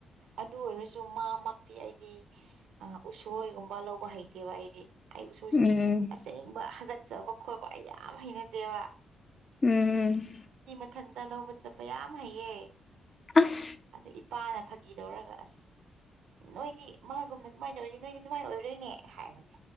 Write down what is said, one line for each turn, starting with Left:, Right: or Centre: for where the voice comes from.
Right: ꯑꯗꯨ ꯑꯣꯏꯔꯁꯨ ꯃꯥꯃꯛꯇꯤ ꯑꯩꯗꯤ ꯎꯁꯣꯏꯒꯨꯝꯕ ꯂꯧꯕ ꯍꯩꯇꯦꯕ ꯑꯩꯗꯤ ꯑꯩꯕꯨ ꯁꯣꯏꯁꯨ
Left: ꯎꯝ
Right: ꯑꯁꯦꯡꯕ ꯍꯥꯒꯠꯆꯕ ꯈꯣꯠꯄ ꯑꯩ ꯌꯥꯝ ꯍꯩꯅꯗꯦꯕ
Left: ꯎꯝ
Right: ꯏꯊꯟꯗ ꯂꯧꯕ ꯆꯠꯄ ꯌꯥꯝ ꯍꯩꯌꯦ
Left: ꯑꯁ
Right: ꯑ ꯄꯥꯅ ꯐꯥꯒꯤꯗꯧꯔꯒ ꯑꯁ ꯅꯣꯏꯗꯤ ꯃꯥꯒꯨꯝꯅ ꯑꯗꯨꯃꯥꯏꯅ ꯇꯧꯔꯤꯁꯦ ꯅꯣꯏꯗꯤ ꯑꯗꯨꯃꯥꯏꯅ ꯑꯣꯏꯗꯣꯏꯅꯦ ꯍꯥꯏꯕꯅꯦ